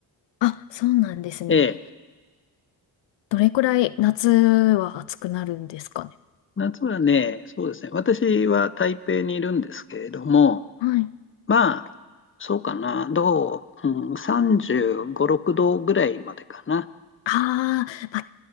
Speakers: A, on the left; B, on the left.
A: あ、そうなんですね。
B: ええ。
A: どれくらい夏は暑くなるんですかね。
B: 夏はね、そうですね。私は台北にいるんですけれども、
A: はい
B: まあ、そうかな。どう、うん、35、6度ぐらいまでかな。
A: ああ、まあ、